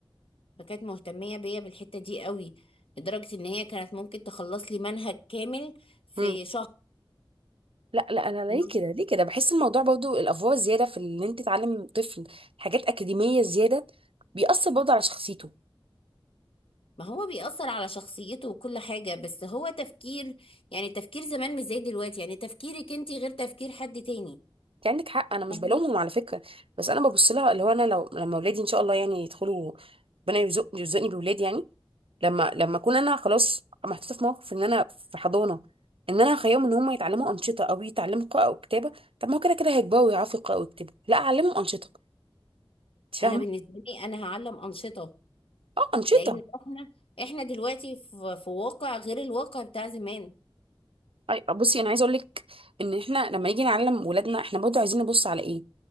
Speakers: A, on the left; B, on the right.
A: فكانت مهتمية بيا بالحتة دي قوي لدرجة ان هي كانت ممكن تخلص لي منهج كامل في
B: امم لا لا انا ليه
A: شهر
B: كده ليه كده بحس الموضوع برضو الافوار الزياده في ان انت تعلم طفل حاجات اكاديميه زياده بيأثر برضو على شخصيته
A: ما هو بيأثر على شخصيته وكل حاجة بس هو تفكير يعني تفكير زمان مش زي دلوقتي يعني تفكيرك انت غير تفكير حد تاني
B: انت عندك حق انا مش
A: فاهمة
B: بلومهم على فكره بس انا ببص لها اللي هو انا لو لما اولادي ان شاء الله يعني يدخلوا ربنا يرزق يرزقني بولاد يعني لما لما اكون انا خلاص محطوطه في موقف ان انا في حضانه ان انا اخيهم ان هم يتعلموا انشطه او يتعلموا قراءه او كتابه طب ما هو كده كده هيكبروا ويعرفوا يقراوا ويكتبوا لا اعلمهم انشطه انت فاهمه
A: انا بالنسبة لي انا هعلم أنشطة
B: اه انشطه
A: لان احنا احنا دلوقتي في, في واقع غير الواقع بتاع زمان
B: أي- بصي انا عايزه اقول لك ان احنا لما نيجي نعلم ولادنا احنا برضه عايزين نبص على ايه